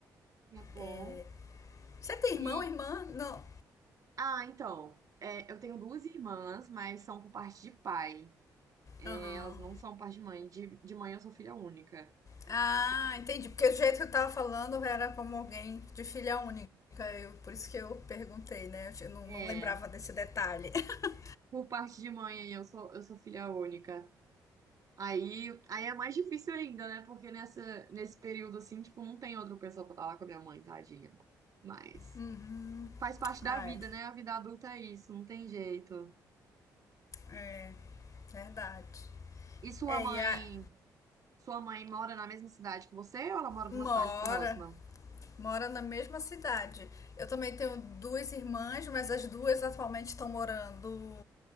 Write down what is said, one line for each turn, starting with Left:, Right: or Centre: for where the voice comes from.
Right: <laughs> É bom.
Left: É, Você tem
Right: E,
Left: irmão, irmã? Não.
Right: Ah, então. é, eu tenho duas irmãs, mas são por parte de pai. É,
Left: Aham.
Right: elas não são por parte de mãe. De, de mãe eu sou filha única.
Left: Ah,
Right: Sou filha-
Left: entendi. Porque o jeito que eu tava falando era como alguém de filha única. Eu, por isso que eu perguntei, né? Eu não,
Right: É,
Left: não lembrava desse detalhe. <laughs>
Right: por parte de mãe aí eu sou, eu sou filha única. Aí, aí é mais difícil ainda, né? Porque nessa, nesse período assim, tipo, não tem outra pessoa pra estar lá com a minha mãe, tadinha. Mas
Left: Uhum.
Right: faz parte da
Left: Ah,
Right: vida,
Left: é.
Right: né? A vida adulta é isso, não tem jeito.
Left: É. Verdade.
Right: E sua
Left: É,
Right: mãe,
Left: e a,
Right: sua mãe mora na mesma cidade que você ou ela mora numa
Left: uma
Right: cidade próxima?
Left: hora Mora na mesma cidade. Eu também tenho duas irmãs, mas as duas atualmente estão morando